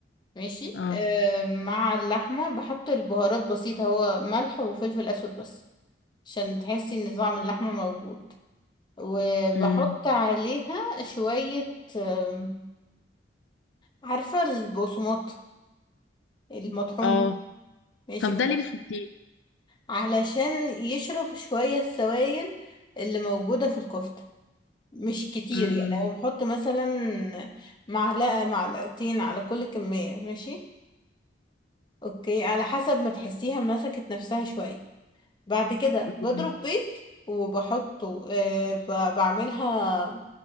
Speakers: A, on the left; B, on the left.
A: ماشي
B: اه
A: أه مع اللحمه بحط البهارات بسيطه هو ملح وفلفل اسود بس عشان تحسي ان طعم اللحمه موجود وبحط
B: امم
A: عليها شويه آم، عارفه البقسماط المطحون
B: اه
A: ماشي
B: طب
A: بحط
B: ده ليه بتحطيه
A: علشان يشرب شوية السوائل اللي موجودة في الكفتة مش كتير
B: امم
A: يعني هو بيحط مثلا معلقة معلقتين على كل كمية ماشي اوكي على حسب ما تحسيها مسكت نفسها شوية بعد كده بضرب
B: أمم.
A: بيض وبحطه أه ب- بعملها